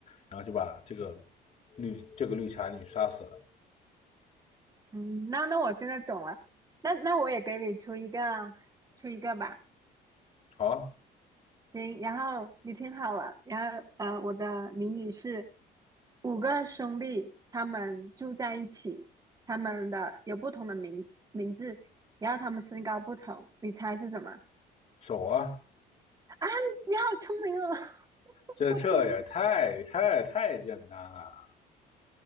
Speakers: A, on the left; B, on the right.
A: 然后就把这个绿这个绿茶女杀死了。
B: 嗯，那那我现在懂了，那那我也给你出一个出一个吧。
A: 好，
B: 行，然后你听好了，然后呃，我的谜语是五个兄弟，他们住在一起，他们的有不同的名字名字，然后他们身高不同，你猜是什么？
A: 手啊，
B: 啊，你好聪明哦！<laughs>
A: 这这也太太太简单了。
B: 我天，